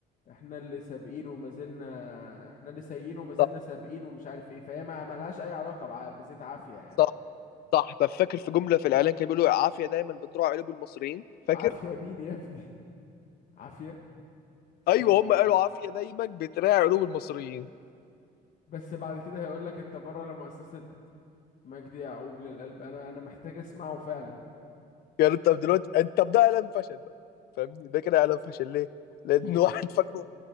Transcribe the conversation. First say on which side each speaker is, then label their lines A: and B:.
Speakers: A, on the left; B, on the left.
A: احنا اللي سابقين وما زلنا احنا اللي سايقين وما زلنا
B: صح
A: سابقين ومش عارف ايه فهي ما ملهاش اي علاقة بع- بزيت عافية يعني
B: صح صح طب فاكر في جملة في الاعلان كانوا بيقولوا عافية دايما بتراعي قلوب المصريين فاكر
A: عافية مين يا ابني <laughs> عافية استنى
B: ايوه هما قالوا عافية دايما بتراعي قلوب المصريين
A: بس بعد كده هيقول لك انت بره لمؤسسة مجدي يعقوب للقلب انا انا محتاج اسمعه فعلا
B: يعني طب دلوقتي انت طب ده اعلان فشل بقى فاهمني ده كده اعلان فشل ليه لان
A: ليه
B: <laughs> واحد فاكره